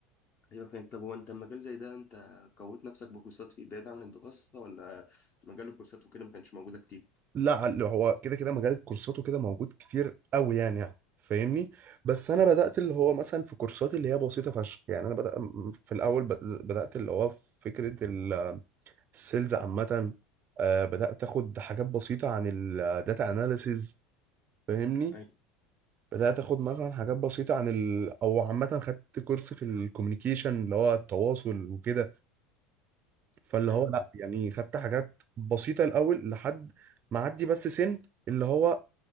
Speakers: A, on the left; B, on the right.
A: أيوة فاهم طب هو أنت المجال زي ده أنت كونت نفسك بكورسات فيه بعيد عن الدراسة ولا مجال الكورسات وكده ما كانش موجودة كتير؟
B: لا اللي هو كده كده مجال الكورسات وكده موجود كتير قوي يعني يعني فاهمني بس انا بدات اللي هو مثلا في كورسات اللي هي بسيطه فشخ يعني انا بدأ في الاول بد- بدات اللي هو في فكره ال- السيلز عامه آه، بدات اخد حاجات بسيطه عن الداتا اناليسز فاهمني
A: ايوه
B: بدات اخد مثلا حاجات بسيطه عن ال... او عامه خدت كورس في الكوميونيكيشن اللي هو التواصل وكده فاللي
A: ايوه
B: هو لا
A: فاهم
B: يعني خدت حاجات بسيطه الاول لحد ما عدي بس سن اللي هو